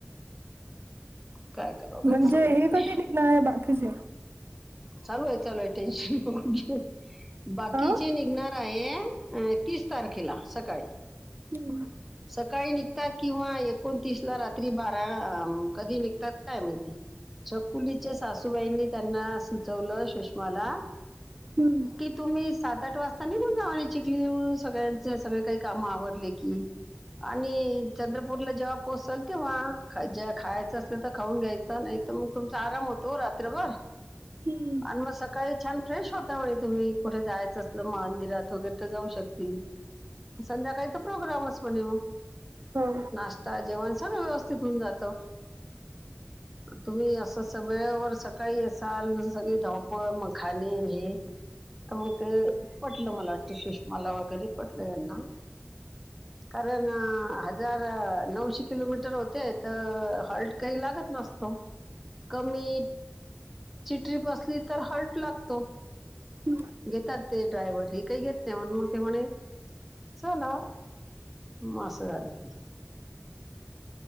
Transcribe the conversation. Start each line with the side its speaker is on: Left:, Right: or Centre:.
Centre: काय करावं
Right: म्हणजे
Centre: काही समजत
Right: हे
Centre: नाही
Right: कधी निघणार आहेत बाकीचे.
Centre: चालू ये चालू ये टेन्शन नको घेऊ बाकीचे
Right: अ
Centre: निघणार आहे. अ तीस तारखेला सकाळी.
Right: <unintelligible>
Centre: सकाळी निघतात किंवा एकोणतीस ला रात्री बारा कधी निघतात काय माहीती. छकुलीच्या सासूबाईंनी त्यांना सुचवलं सुष्माला
Right: हम्म.
Centre: कि तुम्ही सात आठ वाजता निघून जा आणि चिखली यो सगळ्यांचे सगळे काही काम आवरले की. आणि चंद्रपूरला पोहोचाल तेव्हा ख ज खायचं असेल तर खाऊन घ्यायचं नाही तर मग तुमचा आराम होतो रात्रभर
Right: हम्म.
Centre: आणि म सकाळी छान फ्रेश होता वय तुम्ही कुठे जायचं असलं मंदिरात वगैरे ठं जाऊ शकतील संध्याकाळीच प्रोग्रामच म्हणे म.
Right: होय.
Centre: नाश्ता जेवण सगळं व्यवस्थित होऊन जातं. तुम्ही असं स वेळेवर सकाळी असाल सगळी धावपळ मखाने न हे तर म ते पटलं मला वाटतं सुष्माला वगैरे पटलं यांना. कारण हजार नऊशे किलोमीटर होते तर हौल्ट काही लागत नसतो. कमी ची ट्रीप असली तर हल्ट लागतो.
Right: हम्म.
Centre: घेतात ते ड्रायव्हर हे काही घेत नाही म्हणून मग ते म्हणे चला. म असं झालं ते.